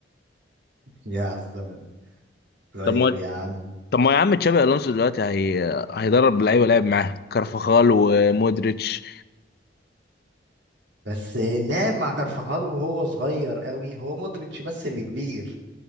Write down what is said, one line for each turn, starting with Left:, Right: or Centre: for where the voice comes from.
Right: يا على الزمن طيب
Left: طب ما
Right: يا عم
Left: طب ما يا عم تشابي الونسو دلوقتي هي... هيدرب لعيبه لعب معاه كارفاخال ومودريتش
Right: بس لعب مع كارفاخال وهو صغير قوي هو مودريتش بس اللي كبير